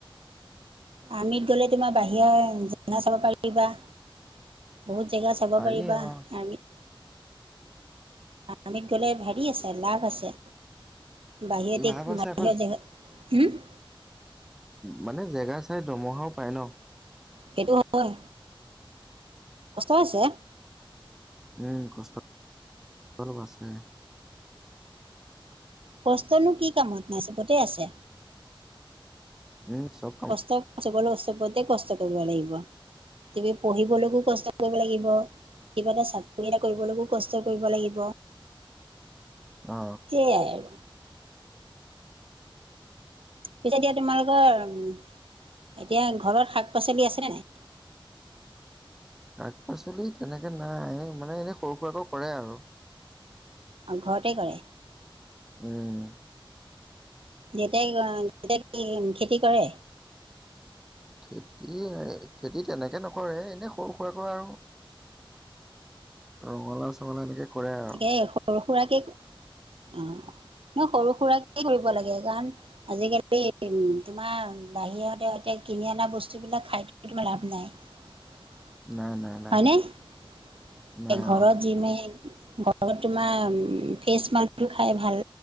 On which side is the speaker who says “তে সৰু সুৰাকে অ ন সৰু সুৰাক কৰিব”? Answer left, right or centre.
Right